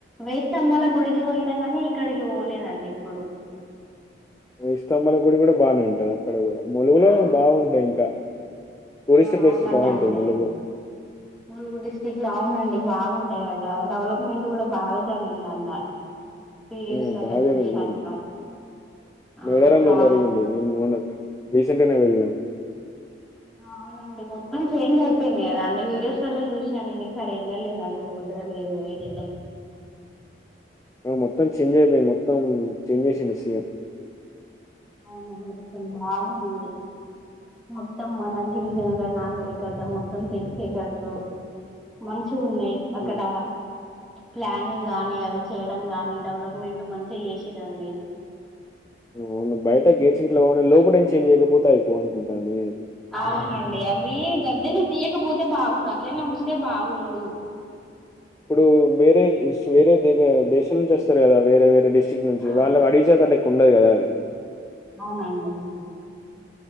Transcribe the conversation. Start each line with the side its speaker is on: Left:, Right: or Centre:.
Centre: వే స్తంభాల గుడికి పోయినా నీ ఇక్కడికి పోలేదండి ఇప్పుడు
Left: వేయి స్తంభాల గుడి కూడా బానే ఉంటది అక్కడ కూడా ములుగులో
Centre: ఆ
Left: బాగుంటాయి ఇంకా టూరిస్ట్
Centre: ఆ
Left: ప్లేసెస్
Centre: అవునట్ండి
Left: బాగుంటాయి ములుగు.
Centre: ములుగు డిస్ట్రిక్ట్ లో అవునండి అ బాగుంటాయట డెవలప్మెంట్ కూడా బాగా జరిగిందంట వీడియోస్లలో
Left: ఆ బాగాదేరింది
Centre: చూసిన
Left: ముందు
Centre: నేను ఆ
Left: మేడారంలో
Centre: రాము
Left: జరిగిడి నేను మొన్న రీసెంట్గానే వెళ్ళినాను
Centre: అవునండి మొత్తం చేంజ్ అయిపోయింది కదా అంటే వీడియోస్లలో చూసినా న సరే వెళ్ళలేద అండి కుదరలేదు వెళ్ళడం
Left: ఆ మొత్తం చేంజ్ అయిపోయింది మొత్తం చేంజ్ చేసిండు సీఎం.
Centre: ఆ అవున అండి చాల బాగుంది మొత్తం మన గిరిజనుల నాగరికత మొత్తం తెలిసేటట్టు మంచి ఉన్నాయి అక్కడ
Left: హ్మ్.
Centre: ప్లానింగ్ గాని అది చేయడం నీ డెవలప్మెంట్ మంచిగా చేసిరండి
Left: అవును బయట గేట్ గట్ బ లోపడ ఏం చేం చేయకపోతేయిపో అనుకుంటన నేను
Centre: అవునండి అవి గద్దెలు తీయకపోతే బాగుండు అట్లనే ఉంచితే బాగుండు
Left: ఇప్పుడు వేరే వేరే ద దేశాల నుంచి వస్తారు కదా వేరే వేరే డిష్ చక్ నుంచి
Centre: ఆ
Left: వాళ్ళ అడివి జత కుండదు కదా అది
Centre: అవునండి